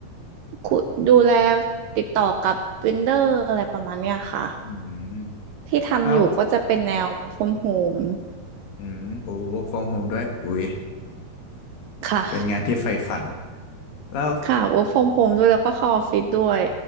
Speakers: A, on the right; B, on the left.
A: คุดูแลติดต่อกับเวนเดอร์อะไรประมาณเนี้ยค่ะ
B: อืม
A: ที่ทำอยู่ก็จะเป็นแนว
B: แล้ว
A: work from home
B: อืมโอ้ work from home ด้วยอุ้ย <laughs>
A: ค่ะ
B: เป็นงานที่ใฝ่ฝันแล้ว
A: ค่ะ work from home ด้วยแล้วก็เข้าออฟฟิศด้วย